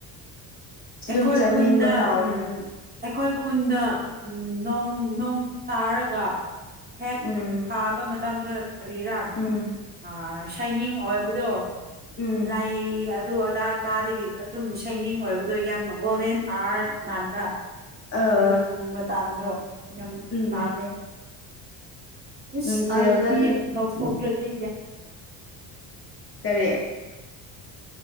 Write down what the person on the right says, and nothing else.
ꯑꯩꯈꯣꯏ
ꯈꯨꯟꯗ
ꯎꯝ ꯑꯩꯈꯣꯏ ꯈꯨꯟꯗ ꯎꯝ ꯅꯣꯡ ꯅꯣꯡ ꯇꯥꯔꯒ ꯍꯦꯛ
ꯐꯥꯕ ꯃꯇꯝꯗ ꯀ꯭ꯔꯤꯔꯥꯝ
ꯑ ꯁꯥꯏꯅꯤꯡ ꯑꯣꯏꯕꯗꯣꯥꯏ
ꯂꯥꯏ ꯏ ꯑꯗꯨ ꯑꯗꯥ ꯀꯥꯗꯒꯤ ꯑꯗꯨꯝ ꯁꯩꯅꯤꯡ ꯑꯣꯏꯕ ꯑꯗꯣ ꯌꯥꯝ ꯒꯣꯚꯦꯟ ꯑꯥꯔꯠ ꯃꯥꯟꯕ
ꯑꯗꯨꯒꯨꯝꯕ ꯃꯇꯝꯗꯣ ꯌꯥꯝ
ꯄꯥꯝꯃꯦ ꯏꯁ
ꯑꯥꯏ ꯐꯤ ꯂꯧꯥꯎꯊꯣꯛꯇ꯭ꯔꯗꯤ